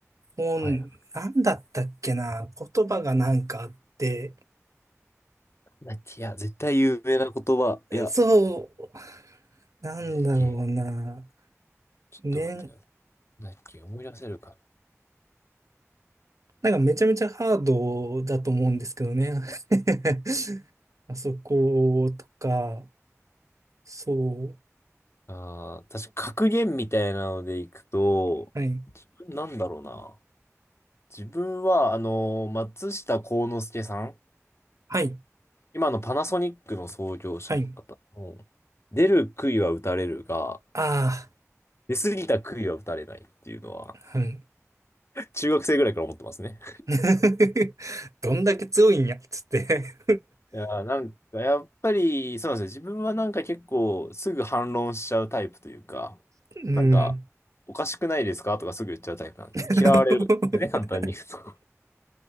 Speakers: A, on the right (about 80°); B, on the left (about 55°).
A: 本、
B: はい。なん
A: なんだったっけな。言葉がなんかあって、
B: だっけいや、絶対有名な言葉。いや、
A: そう、なんだろうな。
B: なんだっけちょっと待ってくださ
A: ね、
B: い。なんだっけ思い出せるか
A: なんかめちゃめちゃハードだと思うんですけどね。<laughs> あそことか、そう。
B: ああ、確か格言みたいなのでいくと、
A: はい。
B: なんだろうな。自分は、あの、松下幸之助さん、
A: はい。
B: 今のパナソニックの創業者の方の、
A: はい。
B: 出る杭は打たれるが、
A: あ
B: 出過ぎた杭は打たれないっていうのは、
A: あ、うん。
B: <laughs> 中学生ぐらいから思ってますね。
A: <laughs> どんだけ強いんや、つって。
B: いやー、なんか、やっぱり、そうなんですよ。自分はなんか結構、すぐ反論しちゃうタイプというか、
A: <laughs> うん。
B: なんか、おかしくないですかとかすぐ言っちゃうタイプなんで、
A: <laughs>
B: 嫌われるんですよね、簡単に言うと。